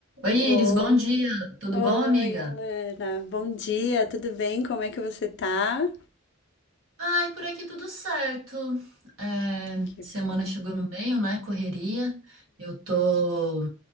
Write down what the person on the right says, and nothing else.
Oi, Iris,
bom dia. Tudo
bom, amiga?
Ai, por aqui tudo certo. É,
semana
chegou no meio, né? Correria. Eu tô.